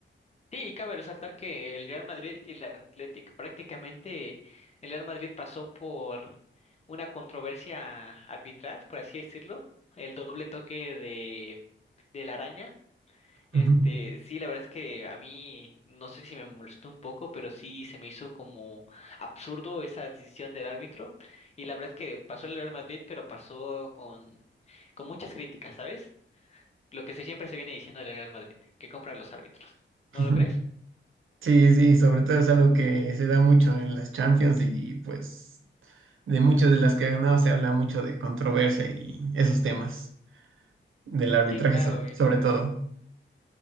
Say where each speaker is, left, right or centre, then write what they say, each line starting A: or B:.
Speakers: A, on the left; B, on the right.
A: Sí, cabe resaltar que el Real Madrid y el Athletic prácticamente el Real Madrid pasó por una controversia arbitral, por así decirlo, el doble toque de, de la araña. Este,
B: Ujú.
A: sí, la verdad es que a mí no sé si me molestó un poco, pero sí se me hizo como absurdo esa decisión del árbitro y la verdad es que pasó el Real Madrid, pero pasó con con muchas críticas, ¿sabes? Lo que se- siempre se viene diciendo del Real Madrid, que compra los árbitros. ¿No
B: Ujú.
A: lo crees?
B: Sí, sí, sobre todo es algo que se da mucho en las Champions y pues de muchas de las que ha ganado se habla mucho de controversia y esos temas del arbitraje
A: Sí, claro.
B: so-
A: y-
B: sobre todo.